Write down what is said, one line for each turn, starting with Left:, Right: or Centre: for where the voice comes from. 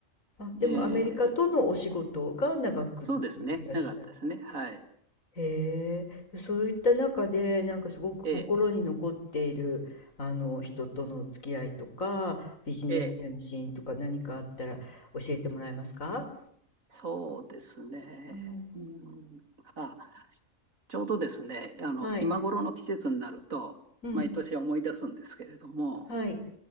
Left: あ、でもアメリカとのお仕事が長くっていらっしゃる。
Right: えっと、そうですね。なかったですね。はい。
Left: へえ、そういった中で、なんかすごく心に残っている、
Right: ええ
Left: あの、人との付き合いとか、ビジネスでのシーンとか何かあったら教えてもらえますか
Right: ええそうですね。
Left: うん。
Right: うん。あ、ちょうどですね、あの、
Left: はい。
Right: 今頃の季節になると、
Left: うん。
Right: 毎年思い出すんですけれども、
Left: はい。